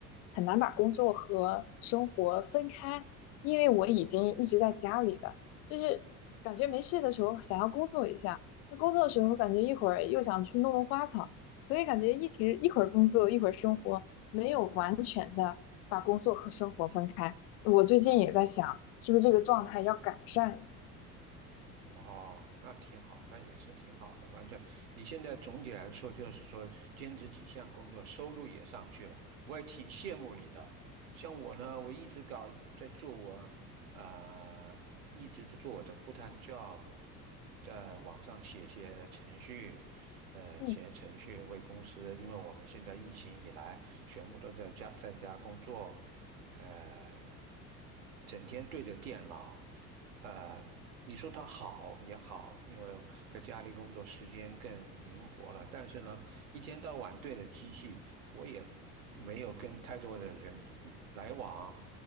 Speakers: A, on the left; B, on the right.
A: 很难把工作和生活分开，因为我已经一直在家里了，就是感觉没事的时候想要工作一下，那工作的时候感觉一会儿又想去弄弄花草。所以感觉一直一会儿工作一会儿生活，没有完全的把工作和生活分开。我最近也在想，是不是这个状态要改善一下？
B: 哦，那挺好，那也是挺好的。反正你现在总体来说，就是说兼职几项工作，收入也上去了，我也挺羡慕你的。像我呢，我一直搞在做我呃，一直在做我的 full-time job，在网上写些程序，呃，
A: 嗯，
B: 写程序为公司，因为我们现在疫情以来，全部都在家在家工作，呃，整天对着电脑。呃，你说它好也好，因为在家里工作时间更灵活了。但是呢，一天到晚对着机器，我也没有跟太多的人来往，